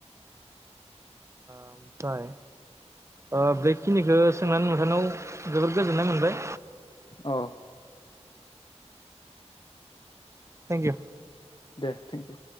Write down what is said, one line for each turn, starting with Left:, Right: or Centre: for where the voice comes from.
Right: ओमफ्राय ओ बेखिनिखौ सोंनानै नोंथांनियाव जोबोर गोजोननाय मोनबाय
Left: अ
Right: थेंक इउ
Left: दे थेंक इउ